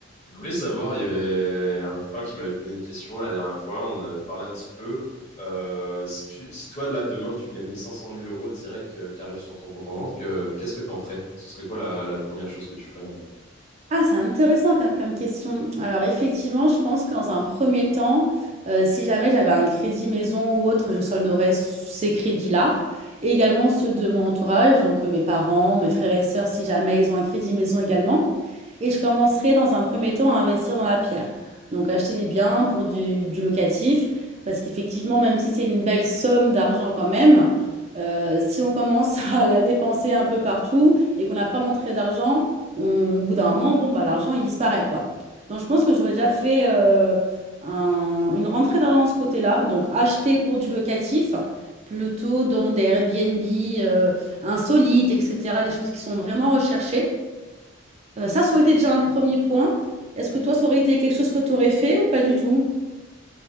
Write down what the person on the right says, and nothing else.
Ah, c'est intéressant quand même comme question. Alors effectivement, je pense que dans un premier temps, euh, si jamais j'avais un crédit maison ou autre, je solderais ces crédits-là. Et également ceux de mon entourage, donc euh, mes parents, mes frères et sœurs, si jamais ils ont un crédit maison également. Et je commencerai dans un premier temps à investir dans la pierre. Donc acheter des biens pour du, du locatif, parce qu'effectivement, même si c'est une belle somme d'argent quand même, euh, si on commence <laughs> à la dépenser un peu partout et qu'on n'a pas l'entrée d'argent, on- au bout d'un moment, bon, bah, l'argent, il disparaît, quoi. Donc, je pense que j'aurais déjà fait euh, un- une rentrée d'argent de ce côté-là. Donc, acheter pour du locatif, plutôt dans des Airbnb euh, insolites, etc., des choses qui sont vraiment recherchées. Euh, ça, ça aurait été déjà un premier point. Est-ce que toi, ça aurait été quelque chose que tu aurais fait ou pas du tout?